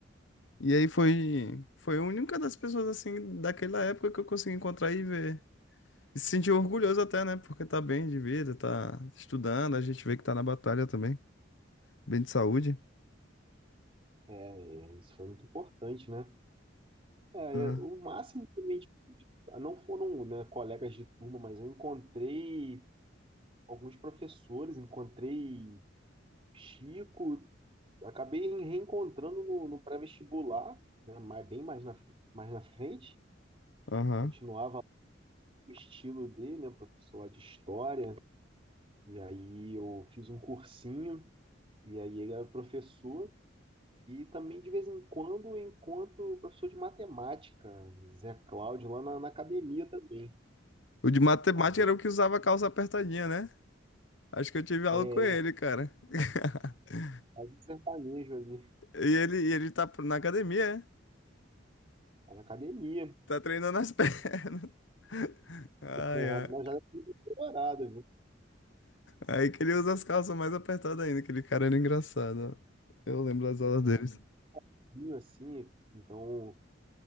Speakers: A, on the left; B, on the right.
A: E aí foi, foi a única das pessoas assim daquela época que eu consegui encontrar e ver. E se sentir orgulhoso até, né? Porque tá bem de vida, tá estudando, a gente vê que tá na batalha também, bem de saúde.
B: é, é, isso foi muito importante, né? É,
A: Ah,
B: O máximo que a gente- ah, não foram, né, colegas de turma, mas eu encontrei alguns professores, encontrei Chico, acabei reencontrando no, no pré-vestibular, né, mais- bem mais na, mais na frente.
A: Aham.
B: Continuava o estilo dele, né, professor lá de história. E aí eu fiz um cursinho, e aí ele era professor. E também, de vez em quando, eu encontro o professor de matemática, Zé Cláudio, lá na, na academia também.
A: O de matemática
B: Acabou.
A: era o que usava calça apertadinha, né? Acho que eu tive aula
B: É,
A: com ele, cara. <laughs>
B: faz um sertanejo ali,
A: E ele, e ele tá na academia, é?
B: tá na academia.
A: Tá treinando as pernas. <laughs> Ai,
B: É, mas
A: ai.
B: já é colorado, viu?
A: Aí que ele usa as calças mais apertadas ainda, aquele cara era engraçado. ó. Eu lembro das aulas
B: É,
A: dele.
B: vinho assim, então